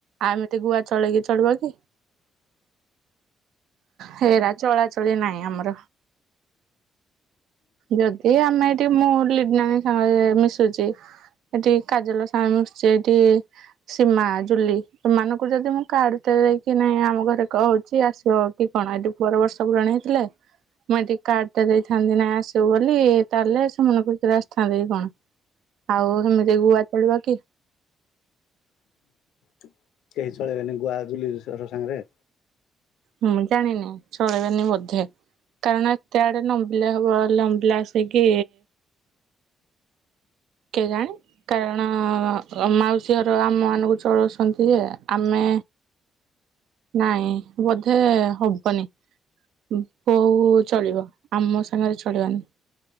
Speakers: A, on the right; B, on the left.
A: ଆଉ ଏମିତି ଗୁଆ ଚଳେଇକି ଚଳିବ କି। ହେରା ଚଳାଚଳି ନାହିଁ ଆମର। ଯଦି ଆମେ ଏଠି ମୁଁ ଲିନା ସାଙ୍ଗରେ ମିଶୁଛି ଏଠି କାଜଲ ସାଙ୍ଗରେ ମିଶୁଛି ଏଠି ସୀମା ଜୁଲି ଏମାନଙ୍କୁ ଯଦି ମୁଁ କାଡ ଟେ ଦେଇକି ନାଇଁ ଆମ ଘରେ କହୁଛି ଆସିବ କି କଣ ଏଠି ପୁଅର ବର୍ଷ ପୁରାନି ହେଇଥିଲେ ମୁଇଁ ଟିକେ କାର୍ଡ ଟା ଦେଇଥାନ୍ତି ନାଇଁ ଆସିବୁ ବୋଲି ତାଲେ ସେ ମନ ଖୁସିରେ ଆସି ଥାନ୍ତେ କଣ ଆଉ ସେମିତି ଗୁଆ ଚଳିବ କି?
B: କେହି ଚଳେଇବେନି ଗୁଆ ଜୁଲି ହର ସାଙ୍ଗରେ।
A: ହୁଁ ଜାଣିନି ଚଳେଇିବନି ବୋଧେ କାରଣ ଏତେ ଆଡେ ଲମ୍ବିଲେ ହବ ପଲାସ ହେଇକି କେଗାଣି କାରଣ ମାଉସୀ ହର ଆମ ମାନଙ୍କୁ ଚଳଉଛନ୍ତି ଯେ ଆମେ ନାଇଁ ବୋଧେ ହବନି ବୋଉ ଚଳିବ। ଆମ ସାଙ୍ଗରେ ଚଳିବନି